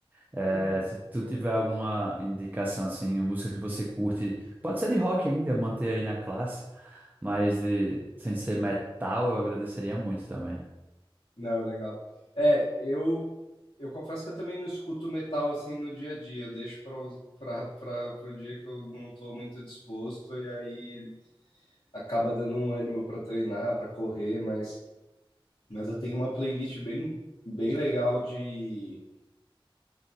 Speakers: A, on the right; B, on the left.
A: é,
B: Uhum.
A: se tu tiver alguma indicação, assim, músicas que você curte, pode ser de rock ainda, manter aí na classe, mas de, sem ser metal, eu agradeceria muito também.
B: Não, legal. É, eu eu confesso que eu também não escuto metal, assim, no dia a dia, eu deixo para para pra para o dia que eu não estou muito disposto, e aí acaba dando um ânimo para treinar, para correr, mas, mas eu tenho uma playlist bem, bem legal de,